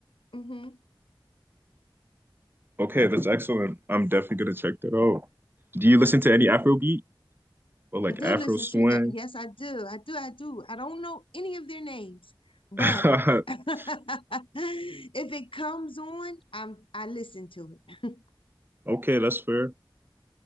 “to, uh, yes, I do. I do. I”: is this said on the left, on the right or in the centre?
Left